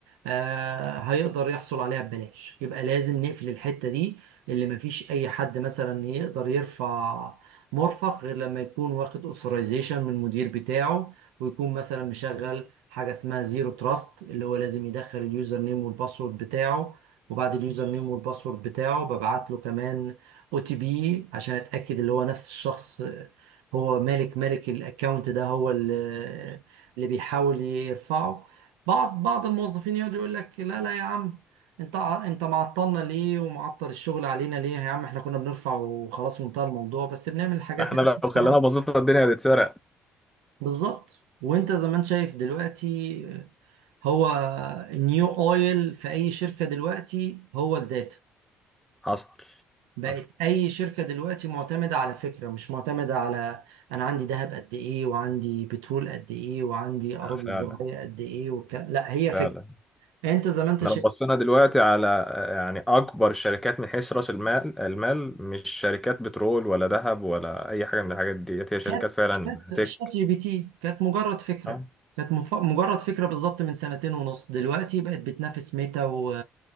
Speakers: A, on the right (about 80°); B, in the centre.
A: آه، هيقدر يحصل عليها ببلاش يبقى لازم نقفل الحتة دي اللي مفيش أي حد مثلا يقدر يرفع مرفق غير لما يكون واخد اوثرايزيشن من المدير بتاعه ويكون مثلا مشغل حاجة اسمها زيرو تراست اللي هو لازم يدخل اليوزر نيم والباسورد بتاعه وبعد اليوزر نيم والباسورد بتاعه ببعت له كمان او تي بي عشان اتاكد اللي هو نفس الشخص هو مالك مالك الاكونت ده هو اللي اللي بيحاول يرفعه بعض بعض الموظفين يقعد يقول لك لا لا يا عم انت ع- انت معطلنا ليه ومعطل الشغل علينا ليه يا عم احنا كنا بنرفع وخلاص وانتهى الموضوع بس بنعمل الحاجات
B: احنا
A: دي
B: لو
A: عشان
B: خلينا
A: طبعا
B: بسيطة الدنيا هتتسرق
A: بالظبط وانت زي ما انت شايف دلوقتي هو النيو اويل في اي شركة دلوقتي هو الداتا
B: حصل
A: بقت
B: حصل
A: اي شركه دلوقتي معتمده على فكره مش معتمده على انا عندي ذهب قد ايه وعندي بترول قد ايه وعندي اراضي
B: آه، فعلا
A: زراعيه قد ايه والكلام لا هي
B: فعلا
A: فكره انت زي ما انت
B: احنا
A: شايف
B: لو بصينا دلوقتي على آه، يعني اكبر الشركات من حيث راس المال المال مش شركات بترول ولا ذهب ولا اي حاجة من الحاجات ديت هي
A: شات
B: شركات فعلا
A: شات
B: تك
A: شات جي بي تي كانت مجرد فكره
B: آه،
A: كانت مف... مجرد فكره بالظبط من سنتين ونص دلوقتي بقت بتنافس ميتا و...